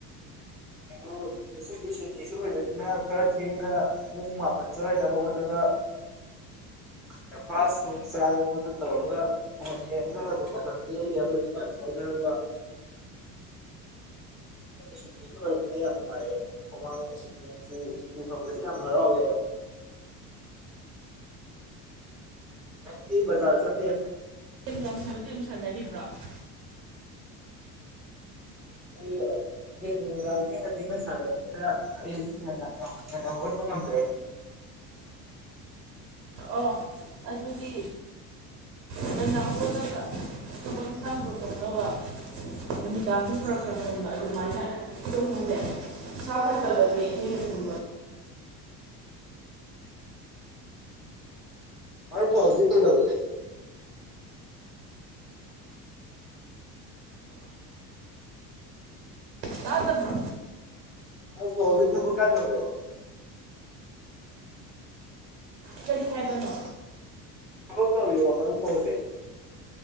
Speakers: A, in the centre; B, on the right (about 75°).
A: ꯑꯗꯨ ꯉꯁꯤꯗꯤ ꯁꯨꯇꯤꯁꯨ ꯑꯣꯏꯕꯅꯤꯅ ꯈꯔ ꯊꯦꯡꯅ ꯄꯨꯡ ꯃꯥꯄꯜ ꯁ꯭ꯋꯥꯏꯗ ꯍꯧꯒꯠꯂꯒ ꯕ꯭ꯔꯦꯛꯐꯥꯁ ꯅꯨꯡ ꯆꯥꯗꯅ ꯈꯣꯠꯇꯅ ꯇꯧꯔꯒ ꯐꯣꯟ ꯌꯦꯡꯉꯒ ꯑꯗꯨꯝ ꯃꯇꯝ ꯂ‌ꯦꯜꯂꯤ ꯑꯩꯈꯣꯏ ꯏꯃꯥꯟꯅꯕ ꯈꯔꯒ ꯁꯨꯇꯤꯁꯨ ꯑꯣꯏꯔꯕꯅꯤꯅ ꯌꯥꯝ ꯅꯨꯡꯉꯥꯏꯔꯦ ꯃꯃꯥꯡ ꯁꯨꯇꯤꯁꯨ ꯁꯨꯇꯤ ꯐꯪꯕꯁꯨ ꯌꯥꯝ ꯍꯔꯥꯎꯋꯦ ꯅꯪꯗꯤ ꯕꯖꯥꯔ ꯆꯠꯂꯨꯏ
B: ꯒ‌ꯦꯝ ꯌꯥꯝ ꯁꯥꯟꯅꯕꯗꯤ ꯗꯨꯝ ꯁꯥꯟꯅꯔꯤꯕ꯭ꯔ‌ꯣ
A: <inaudible> ꯅꯨꯃꯤꯗꯥꯡ ꯊ‌ꯦꯡꯅ‌ ꯊ‌ꯦꯡꯅ ꯁꯥꯟꯔꯕꯅꯤꯅ ꯑꯌꯨꯛꯇꯤ ꯉꯟꯅ ꯍꯧꯒꯠꯄ ꯉꯝꯗ꯭ꯔꯦ
B: ꯑꯣ ꯑꯗꯨꯗꯤ ꯉꯟꯅ ꯍꯧꯒꯠꯂꯒ ꯊꯕꯛ ꯏꯟꯈꯥꯡꯗꯣ ꯇꯧꯅꯕ ꯅꯨꯃꯤꯗꯥꯡꯗ‌ꯣ ꯈꯔ ꯈꯔ ꯉꯟꯅ ꯑꯗꯨꯃꯥꯏꯅ ꯇꯨꯝꯃꯨꯅ‌ꯦ ꯏꯁꯥ ꯐꯠꯇꯕꯅꯤ ꯊꯦꯟꯅ ꯇꯨꯝꯕ
A: ꯃꯥꯏ ꯀ‌ꯣꯜꯖꯤ ꯀꯩꯗꯧꯔꯤꯒ‌ꯦ
B: ꯇꯥꯗꯕ꯭ꯔꯣ
A: ꯑꯩꯕꯨ ꯍꯧꯖꯤꯛ ꯊꯕꯛ ꯀꯥꯏꯇꯧꯔꯤꯔ‌ꯣ <unintelligible>
B: ꯀꯔꯤ ꯍꯥꯏꯕꯅꯣ
A: ꯊꯕꯛ ꯇꯧꯔꯤꯔ‌ꯣ ꯅꯪ ꯐ‌ꯣꯟꯁꯦ